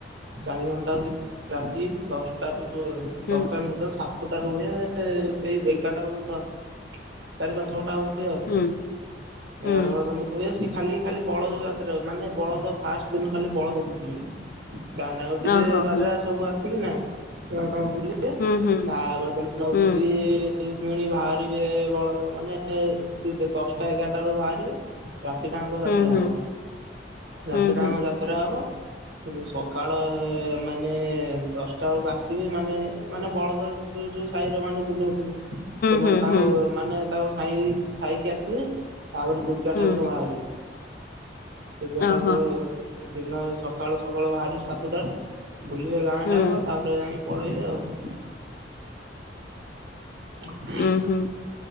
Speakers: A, on the right; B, on the left.
A: ଚାରି ଘଣ୍ଟା ହୁଏ ରାତି ଦଶଟା ରୁ
B: ହୁଁ
A: ଦଶଟାରୁ ନୁଏ ତ ସାତଟା ରୁ ହୁଏ ସେଇ ଏଗାରଟା ପର୍ଯ୍ୟନ୍ତ ଚାରି ପାଞ୍ଚ ଘଣ୍ଟା ହୁ ଏ ଆଉ
B: ହୁଁ ହୁଁ
A: ଏଗାଟା ପର୍ଯ୍ୟନ୍ତ ହୁଏ ସେ ଖାଲି ଖାଲି ବଳଦ ଯା ତ୍ର ମାନେ ବଳଦ ଫାଷ୍ଟ୍ ଦିନ ଖାଲି ବଳଦ ବୁଲିବେ। ଗାଁ ଟା ଙ୍କ ଡ଼ିଜେ
B: ଓହୋ
A: ବାଜା
B: ହୋ
A: ସବୁ ଆସିକି ନା ଗାଁ ଟାଙ୍କୁ ବୁଲି ବେ
B: ହୁଁ ହୁଁ
A: ତା ପର ଦିନ ହୋଉଚି
B: ହୁଁ
A: ସେ ଫେଣି ବାହାରିବେ ବଳଦ ମାନେ ସେ ଦଶଟା ଏଗାରଟା ବେଳକୁ ବାହାରିବେ। ରାତିଟାଙ୍କ ଯାତ୍ରା
B: ହୁଁ ହୁଁ
A: ହବ ରାତିଟାଙ୍କ
B: ହୁଁ ହୁଁ
A: ଯାତ୍ରା ହବ ସକାଳ ମାନେ ଦଶଟା ବେଳକୁ ଆସିବେ ମାନେ ମାନେ ବଳଦ ଯୋଉ ଯୋଉ ସାଇର ମାନେ ବୁଲଉଥୁବେ। ସେମାନେ
B: ହୁଁ
A: ତାଙ୍କ
B: ହୁଁ ହୁଁ
A: ମାନେ ତାଙ୍କ ସାଇ ସାଇକି ଆସିବେ ତାପରେ ଦୁର୍ଗା
B: ହୁଁ
A: ଠାକୁର ବାହାରିବେ। ଦୁର୍ଗା
B: ଓହୋ
A: ଠାକୁର ଦିନ ସକାଳୁ ସକାଳୁ ବାହାରିବେ ସାତଟାରୁ। ବୁଲିବେ ଗାଁ
B: ହୁଁ
A: ଟା ଯାକ ତାପରେ ଯାଇକି ପଳେଇ ଆଉ। ହ।
B: ଉଁ ହୁଁ